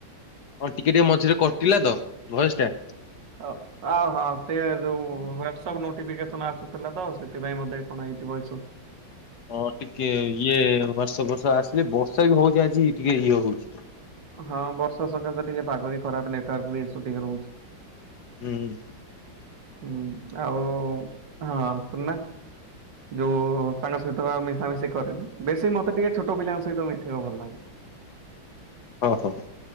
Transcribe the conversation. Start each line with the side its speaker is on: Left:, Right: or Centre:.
Left: ହଁ ଟିକେ ଟିକେ ମଝିରେ କଟିଲା ତ ଭଏସଟା।
Right: ଓ। ଓହୋ ସେ ଯୋଉ ହ୍ୱାଟ୍ସଅପ୍ ନୋଟିଫିକେସନ ଆସୁଥିଲା ତ। ସେଥିପାଇଁ ବୋଧେ କଣ ହେଇଥିବ ଏସବୁ। <inaudible>
Left: ହଁ ଟିକେ ଇଏ ବର୍ଷା ଫର୍ଷା ଆସିଲେ ବର୍ଷା ବି ହଉଛି ଆଜି ଟିକେ ଇଏ ହଉଛି।
Right: ହଁ ବର୍ଷା ସକାସେ ଟିକେ ପାଗ ବି ଖରାପ। ନେଟୱାର୍କ ବି ଈସୁ ଟିକେ ରହୁଛି
Left: ହୁଁ।
Right: ହୁଁ ଆଉ ହଁ ଶୁଣୁନା। ଯୋଉ ସାଙ୍ଗ ସହିତ ମିଶାମିଶି କରେନି। ବେଶୀ ମତେ ଟିକେ ଛୋଟ ପିଲାଙ୍କ ସହିତ ମିଶିବାକୁ ଭଲ ଲାଗେ।
Left: ଓଁ ହୋ।